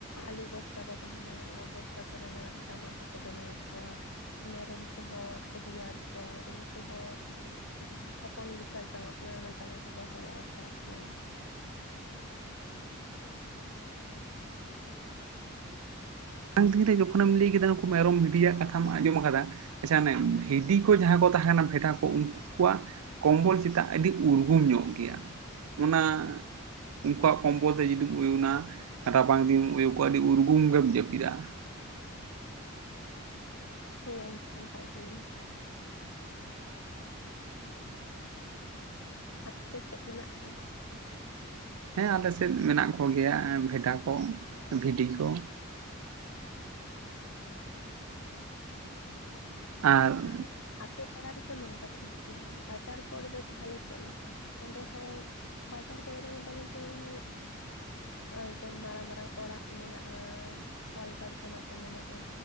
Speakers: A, on the left (about 80°); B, on the right (about 85°).
A: ᱟᱞᱩ ᱵᱚᱥᱛᱟ ᱠᱚ ᱛᱟᱦᱮᱱᱟ ᱚᱱᱟ ᱵᱚᱥ ᱛᱟ ᱠᱚᱨᱮ ᱱᱟᱜ ᱡᱟᱢᱟ ᱠᱚᱠᱚ ᱵᱮᱱᱟᱣ ᱟᱠᱚᱣᱟ ᱢᱮᱨᱚᱢ ᱠᱚᱦᱚᱸ ᱨᱮᱭᱟᱲ ᱠᱚᱣᱟ ᱩᱱᱠᱩ ᱦᱚᱸ ᱡᱟᱦᱟᱸ ᱦᱚᱯᱚᱱ ᱜᱤᱫᱽᱨᱟᱹᱣᱟᱜ ᱡᱟᱢᱟ ᱠᱚ ᱢᱮᱱᱟᱜᱼᱟ ᱚᱱᱟ ᱡᱟᱢᱟ ᱠᱚᱠᱚ ᱦᱚᱨᱚᱜ ᱟᱠᱚᱣᱟ ᱠᱚ
B: <unintelligible> ᱡᱚᱠᱷᱚᱢ ᱮᱢ ᱞᱟᱹᱭ ᱠᱮᱫᱟ ᱱᱩᱠᱩ ᱢᱮᱨᱚᱢ ᱵᱷᱤᱰᱤᱭᱟᱜ ᱠᱟᱛᱷᱟᱢ ᱟᱸᱡᱚᱢ ᱟᱠᱟᱫᱟ ᱟᱪᱪᱷᱟ ᱚᱱᱮ ᱵᱷᱤᱰᱤ ᱠᱚ ᱡᱟᱦᱟᱸᱭ ᱠᱚ ᱛᱟᱦᱮᱸᱱᱟ ᱵᱷᱮᱰᱟ ᱠᱚ ᱩᱱᱠᱩ ᱠᱚᱣᱟᱜ ᱠᱚᱢᱵᱚᱞ ᱪᱮᱛᱟ ᱟᱹᱰᱤ ᱩᱨᱜᱩᱢ ᱧᱚᱜ ᱜᱮᱭᱟ ᱚᱱᱟ ᱩᱱᱠᱩᱣᱟᱜ ᱠᱚᱢᱵᱚᱞ ᱛᱮ ᱡᱩᱫᱤᱢ ᱩᱭᱩᱱᱟ ᱨᱟᱵᱟᱝ ᱫᱤᱱ ᱩᱭᱩᱠᱚ-ᱟ ᱟᱹᱰᱤ ᱩᱨᱜᱩᱢ ᱜᱮᱢ ᱡᱟᱹᱯᱤᱫᱟ
A: ᱦᱩᱭ ᱟᱸᱡᱚᱢ ᱠᱟᱜ ᱜᱤᱭᱟᱹᱧ ᱟᱯᱮ ᱥᱮᱫ ᱢᱮᱱᱟᱜ ᱠᱚᱣᱟ?
B: ᱦᱮᱸ ᱟᱞᱮ ᱥᱮᱫ ᱢᱮᱱᱟᱜ ᱠᱚ ᱜᱮᱭᱟ ᱵᱷᱮᱰᱟ ᱠᱚ ᱵᱷᱤᱰᱤ ᱠᱚ ᱟᱨ
A: ᱟᱪᱪᱷᱟ ᱟᱯ ᱛᱳ ᱯᱟᱲᱟ ᱨᱮᱫᱚ ᱱᱚᱝᱠᱟ ᱴᱷᱤᱠ ᱜᱮᱭᱟ ᱵᱟᱡᱟᱨ ᱠᱚᱨᱮ ᱫᱚ ᱛᱟᱦᱚᱞᱮ ᱪᱮᱫ ᱞᱮᱠᱟ ᱚᱸᱰᱮ ᱦᱚᱸ ᱵᱟᱡᱟᱨ ᱠᱚᱨᱮ ᱫᱚ ᱢᱳᱴᱟᱢᱩᱴᱤ ᱢᱟᱱᱮ ᱦᱚᱭ ᱟᱨ ᱡᱮᱢᱚᱱ ᱢᱟᱲᱟᱝ ᱢᱟᱲᱟᱝ ᱚᱲᱟᱜ ᱢᱮᱱᱟᱜᱼᱟ᱾ ᱠᱚᱞᱠᱟᱨᱠᱷᱟᱱᱟ ᱠᱚ ᱢᱮᱱᱟᱜᱼᱟ